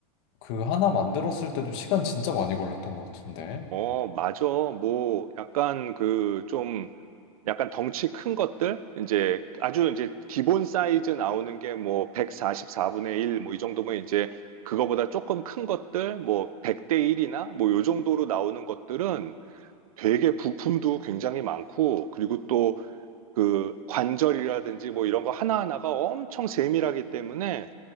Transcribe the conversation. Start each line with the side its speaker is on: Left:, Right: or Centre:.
Left: 그 하나 만들었을 때도 시간 진짜 많이 걸렸던 것 같은데.
Right: 어, 맞아. 뭐 약간 그좀 약간 덩치 큰 것들 이제 아주 이제 기본 사이즈 나오는 게 뭐 144분의 1 뭐 이 정도면 이제 그거보다 조금 큰 것들 뭐 100대 1이나 뭐 요 정도로 나오는 것들은 되게 부품도 굉장히 많고 그리고 또 그 관절이라든지 뭐 이런 거 하나하나가 엄청 세밀하기 때문에